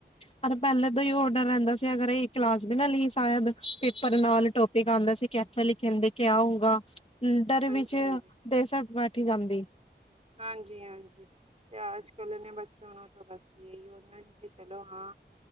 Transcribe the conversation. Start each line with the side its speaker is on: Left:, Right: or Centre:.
Left: ਪਰ ਪਹਿਲੇ ਤੋਂ ਹੀ ਔਡਰ ਰਹਿੰਦਾ ਸੀ ਅਗਰ ਇਹ ਕਲਾਸ ਵੀ ਨਾ <unintelligible> ਪੇਪਰ ਨਾਲ ਟੋਪਿਕ ਆਉਂਦਾ ਸੀ <unintelligible> <unintelligible>
Right: ਹਾਂਜੀ ਹਾਂਜੀ ਹਾਂਜੀ ਹਾਂਜੀ ਤੇ ਅੱਜ ਕੱਲ੍ਹ ਇਹਨਾਂ ਬੱਚਿਆਂ ਨੂੰ ਤਾਂ ਬਸ ਯੇਹੀ ਹੁੰਦਾ <unintelligible>